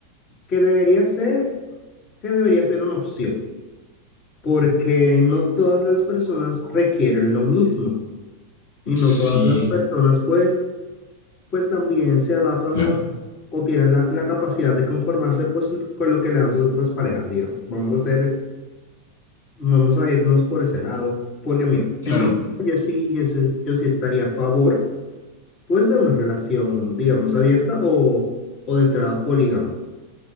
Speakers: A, on the left (about 35°); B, on the left (about 65°).
A: que debería ser, que debería ser una opción, porque no todas las personas requieren lo mismo y
B: Sí,
A: no todas las personas pues, pues también se adaptan
B: claro.
A: o, o tienen la, la capacidad de conformarse pues con lo que le dan sus otras parejas, digamos. Vamos a hacer, vamos a irnos por ese lado, porque mira,
B: Claro,
A: en mi caso yo sí, yo sí, yo sí estaría a favor pues de una relación, digamos, abierta o, o de entrada polígama.